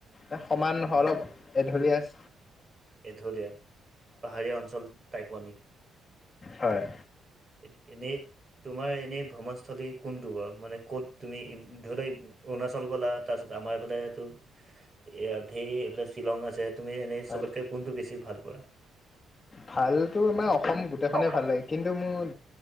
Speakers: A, on the left; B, on the right.
A: এই সমান
B: উম,
A: নহয় অলপ এঢলীয়া আছ
B: এঢলীয়া পাহাৰীয়া অঞ্চল টাইপৰ নি।
A: হয়
B: এ এনেই তোমাৰ এনে ভ্ৰমণস্থলী কোনটো বাৰু মানে ক'ত তুমি ধৰি লোৱা অৰুণাচল গ'লা। তাৰপাছত আমাৰ এইফালে টো এয়া ধেই এইফালে শ্বিলং আছে। তুমি এনেই
A: হয়
B: চবতকে কোনটো বেছি ভাল পোৱা।
A: ভালতো মানে অসম গোটেখনে
B: অসম
A: ভাল লাগে কিন্তু মোৰ